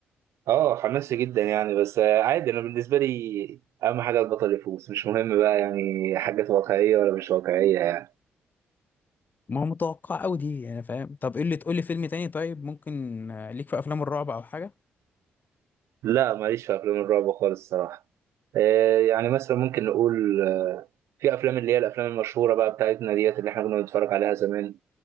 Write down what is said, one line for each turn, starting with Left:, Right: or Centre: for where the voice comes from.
Right: اه حماسي جدا يعني بس آه، عادي انا بالنسبه لي اهم حاجه البطل يفوز مش مهم بقى يعني حاجات واقعيه ولا مش واقعيه يعني
Left: ما هو متوقع قوي دي يعني فاهم طب ايه اللي تقول لي فيلم تاني طيب ممكن آه، ليك في افلام الرعب او حاجة
Right: لا ماليش في افلام الرعب خالص الصراحه آه، يعني مثلا ممكن نقول آه، في افلام اللي هي الافلام المشهوره بقى بتاعتنا ديت اللي احنا كنا بنتفرج عليها زمان